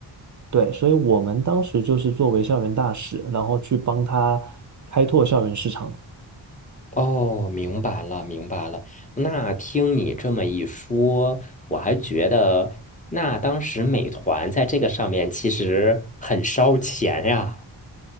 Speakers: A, on the right; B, on the left.
A: 对，所以我们当时就是作为校园大使，然后去帮他开拓校园市场。
B: 哦，明白了明白了。那听你这么一说，我还觉得那当时美团在这个上面其实很烧钱呀。